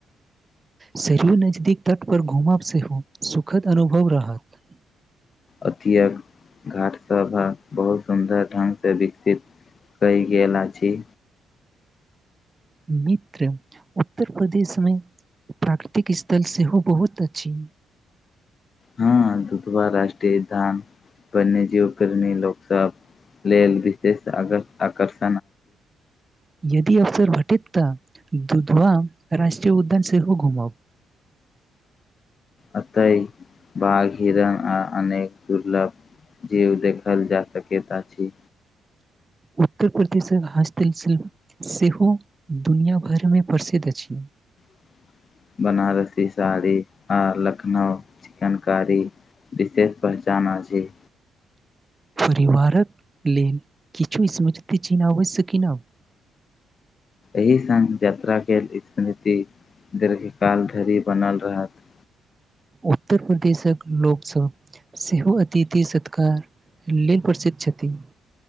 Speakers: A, on the right (about 25°); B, on the left (about 45°).
A: शरीर नजदीक तट पर घुमब सेहो सुखद अनुभव रहत
B: असीयक घाटसभ बहुत सुन्दर ढंगगसँ विकसित कई गेलना छीी
A: मित्र उत्तर प्रदेशमे प्राकृतिक स्थल सेहो बहुत अछि
B: हँ धुधवा राष्टीय धान प जीवप्रेमी लोकसभ लेल विशेष आकर्षक
A: यदि अवसर घटित त दुूधवा राष्ट्रीय उद्यान सेहो घूमब
B: अतए बघ हरण आ अनेक दुर्लभ जे ओ देखल जा सकैत अछि
A: उत्तर प्रदेशक हस्तशिल्प सेहो दुनिया भरिमे प्रसिद्ध अछि
B: <inaudible> बनारसी साड़ी आ लखनउ चिकन कारी विशेष पहचान अछि
A: परिवारक लेल किछु समझित चिन्ह आवश्य किनब
B: एहिहि सझ यात्रा गेलल इकनीति दीर्घकाल ढेरी बनल रहत
A: उत्तर प्रदेशक लोकसभा सेहो अतिथि सत्कार लेल प्रसिद्ध छथि